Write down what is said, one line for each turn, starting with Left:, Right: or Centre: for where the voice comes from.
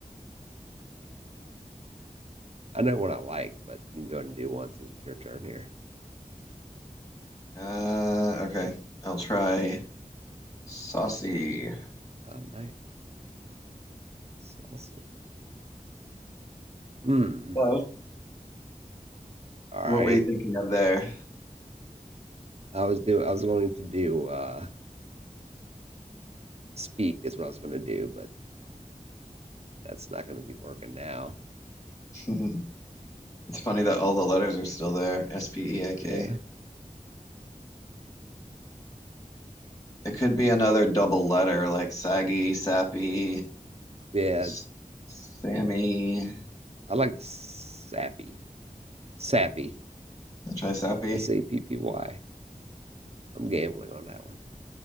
Right: I know what I like, but you can go ahead and do one since it's your turn here.
Left: Uh, okay, I'll try saucy.
Right: Oh, nice. Saucy. Mm.
Left: Well,
Right: All right.
Left: What were you thinking of there?
Right: I was do I was going to do uh speak is what I was going to do, but that's not going to be working now.
Left: <laughs> It's funny that all the letters are still there. S P E A K.
Right: Yeah.
Left: It could be another double letter like saggy, sappy,
Right: Yeah.
Left: s- Sammy.
Right: I like sappy. Sappy.
Left: I'll try sappy.
Right: S A P P Y. I'm gambling on that one.